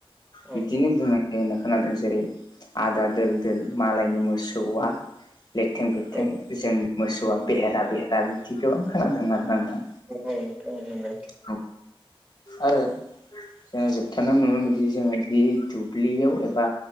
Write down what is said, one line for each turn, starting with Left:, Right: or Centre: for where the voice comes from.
Right: औ
Left: बिदिनो बुंनाय होननाय खोनादों जेरै आदा दोल दोल मालायनि मोसौआ लेथें फेथें
Right: औ
Left: जोंनि मोसौआ बेहेरा बेहेरा बिदि गोबां खोनादों आरो नोंथां।
Right: औ नोंथां नंगौ औ नंगौ औ नोंथां नंगौ नोंथां
Left: औ आरो जोङो जोबथारा नुनो मोनोदि जोङो जिहिथु दुब्लियाव एबा